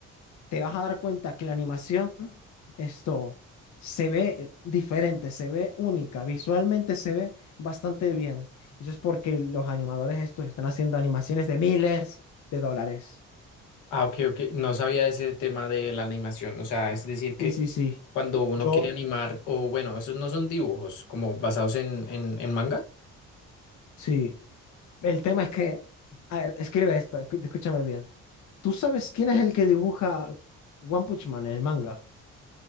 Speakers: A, on the left; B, on the left.
A: te vas a dar cuenta que la animación, esto, se ve eh, diferente, se ve única, visualmente se ve bastante bien. Y eso es porque los animadores estos están haciendo animaciones de miles de dólares.
B: Ah, ok, ok. No sabía ese tema de la animación. O sea, es decir que
A: Sí, sí, sí.
B: cuando uno
A: Yo,
B: quiere animar, o bueno, esos no son dibujos como basados en, en, en manga.
A: sí. El tema es que, a ver, escribe esto, escú- escúchame bien. ¿Tú sabes quién es el que dibuja One Punch Man, el manga?